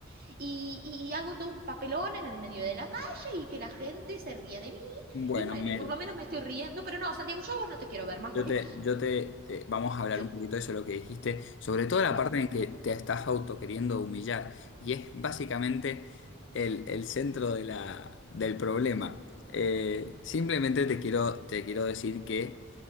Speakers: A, on the right; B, on the left.
A: y, y hago todo un papelón en el medio de la calle y que la gente se ría de mí
B: Bueno,
A: y bueno,
B: Mel.
A: y por lo menos me estoy riendo, pero no, Santiago, yo a vos no te quiero ver más
B: Yo
A: porque
B: te, yo te, te- vamos a hablar
A: yo,
B: un poquito de eso, lo que dijiste, sobre todo la
A: no,
B: parte en que te estás auto queriendo humillar, y es básicamente el, el centro de la, del problema. Eh, simplemente te quiero, te quiero decir que